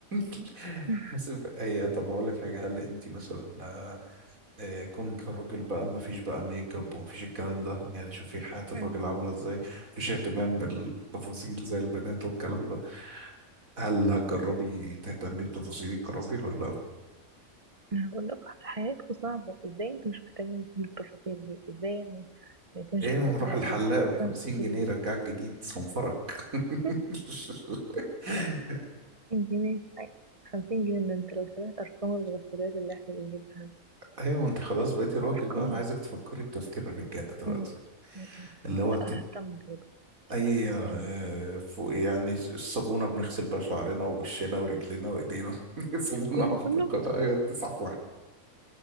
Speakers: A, on the right; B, on the right.
A: <laughs>
B: <laughs>
A: بس ب- هي طب هقول لك حاجه هل انت مثلا آه آه، كون كراجل بقى ما فيش بقى ميك اب وما فيش الكلام ده يعني شوفي حياه الراجل
B: م- م.
A: عامله ازاي مفيش اهتمام بالتفاصيل زي البنات والكلام ده هل هتجربي تهتمي بتفاصيلك كراجل ولا
B: انا بقول لك حياتكم صعبه ازاي انتوا مش مهتمين بكل التفاصيل دي ازاي يعني ما يكونش
A: ايه
B: عندكم
A: نروح
B: مثلا
A: الحلاق ب 50
B: سان سكرين
A: جنيه رجعك جديد صنفرك
B: <laughs>
A: <laughs>
B: 50 جنيه حاجة. 50 جنيه ده انت لو سمعت ارقام الغسولات اللي احنا بنجيبها
A: ايوه ما انت خلاص بقيتي راجل
B: ارقام
A: بقى انا عايزك تفكري بتفكير الرجاله دلوقتي
B: م- م- م.
A: اللي هو
B: لا
A: انت بت-
B: اهتم برضه
A: اي آه،
B: سوري يعني
A: فوق يعني الصابونه بنغسل بيها شعرنا ووشنا ورجلنا وايدينا <laughs> صابونه
B: كله
A: واحده
B: كله
A: القطعه هي تسعة في واحد